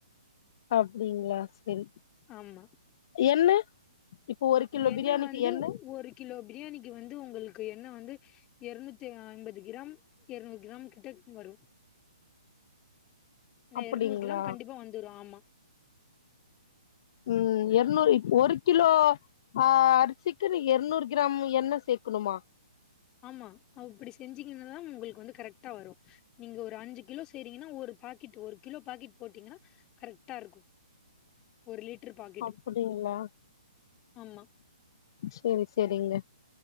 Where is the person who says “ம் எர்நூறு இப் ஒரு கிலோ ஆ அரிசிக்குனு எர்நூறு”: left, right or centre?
Left